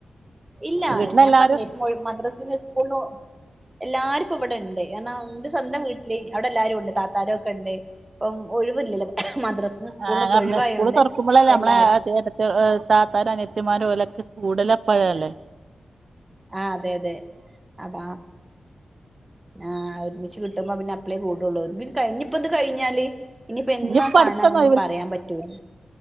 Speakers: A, on the right; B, on the right.
A: ഇല്ല
B: വീട്ടിലെല്ലാരും
A: ഞാൻ പറഞ്ഞില്ലേ <unintelligible> മദ്ര <unintelligible> സ്കൂളു എല്ലാർക്കും ഇവിടെ ഇണ്ട്. എന്നാ എന്റെ സ്വന്തം വീട്ടില് അവിടെ എല്ലാരും ഉണ്ട്, താത്താരൊക്കെ ഇണ്ട്. ഇപ്പം ഒഴിവില്ലല്ലോ മദ്രസന് സ്കൂളിനൊക്കെ
B: ആഹ് പറഞ്ഞ
A: ഒഴിവായൊണ്ട്
B: സ്കൂള് തുറക്കുമ്പോളല്ലേ
A: ഇപ്പ
B: നമ്മളെ
A: എല്ലാരും
B: ഏട്ടത്തി താത്താരും അനിയത്തിമാരും ഓലൊക്കെ കൂടല് അപ്പോഴല്ലേ.
A: ആ അതെ അതെ അപ്പ ആ ആ ഒരുമിച്ച് കി കിട്ടുമ്പോ പിന്നെ അപ്പളേ കൂടുള്ളു ഇതി കഴിഞ്ഞ ഇപ്പ ഇത് കഴിഞ്ഞാല് ഇനിയിപ്പോ എന്നാ
B: ഇനിയിപ്പ
A: കാണാന്നൊന്നും
B: അടുത്തൊന്നും
A: പറയാൻ പറ്റൂല.